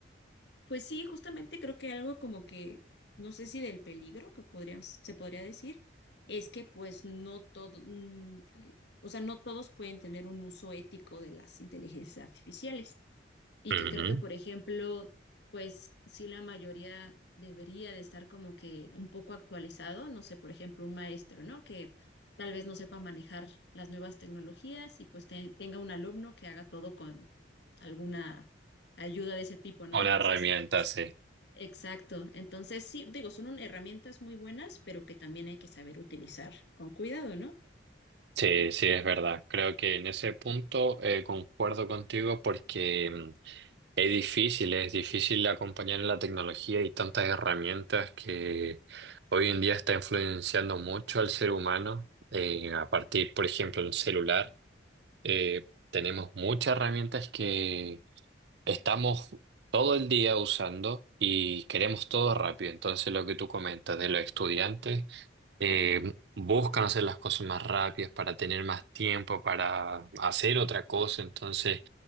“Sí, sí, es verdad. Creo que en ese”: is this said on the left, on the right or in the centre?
Right